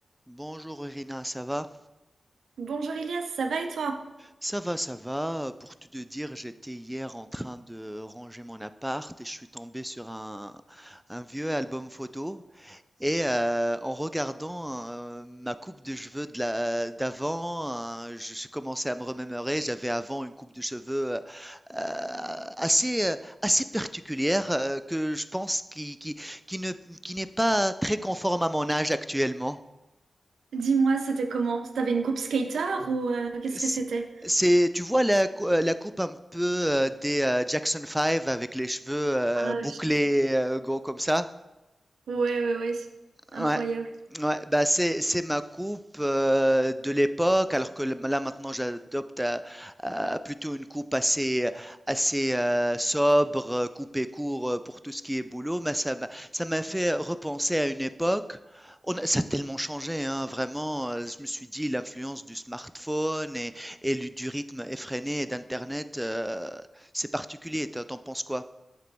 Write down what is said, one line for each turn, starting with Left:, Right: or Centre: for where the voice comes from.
Centre: Bonjour Irina, ça va?
Right: Bonjour Elias, ça va et toi?
Centre: Ça va, ça va. Pour tout te dire, j'étais hier en train de ranger mon appart et je suis tombé sur un, un vieux album photo. Et euh, en regardant euh, ma coupe de cheveux de la- d'avant, euh, je, je commençais à me remémorer. J'avais avant une coupe de cheveux euh, assez, euh, assez particulière euh, que je pense qui, qui, qui ne, qui n'est pas très conforme à mon âge actuellement.
Right: Dis-moi, c'était comment? T'avais une coupe skater ou euh, qu'est-ce
Centre: C-
Right: que c'était?
Centre: C'est, tu vois la, cou- euh, la coupe un peu euh, des euh, Jackson Five avec les cheveux euh,
Right: Ah,
Centre: bouclés
Right: je-
Centre: euh, gros comme ça?
Right: ouais, ouais, ouais, c'est incroyable.
Centre: Ouais. Ouais, bah c'est c'est ma coupe euh, de l'époque, alors que là maintenant j'adopte à- à plutôt une coupe assez assez euh, sobre, euh, coupée court euh, pour tout ce qui est boulot. Mais ça m'a ça m'a fait repenser à une époque. On a- ça a tellement changé, hein, vraiment. euh, Je me suis dit l'influence du smartphone et, et du, du rythme effréné et d'Internet, euh, c'est particulier. T'en t'en penses quoi?